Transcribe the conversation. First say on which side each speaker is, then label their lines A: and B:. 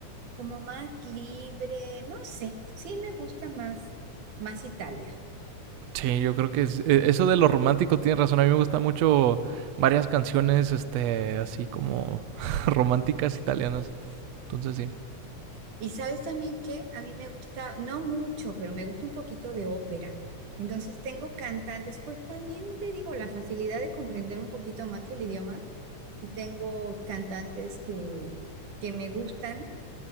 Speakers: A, on the right (about 90°); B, on the right (about 70°).
A: como más libre, no sé, sí me gusta más, más Italia.
B: Sí, yo creo que es, e- eso de lo romántico tiene razón. A mí me gusta mucho varias canciones, este, así como <laughs> románticas italianas. Entonces sí.
A: Y sabes también que a mí me gusta, no mucho, pero me gusta un poquito de ópera. Entonces tengo cantantes, pues también te digo, la facilidad de comprender un poquito más el idioma y tengo cantantes que, que me gustan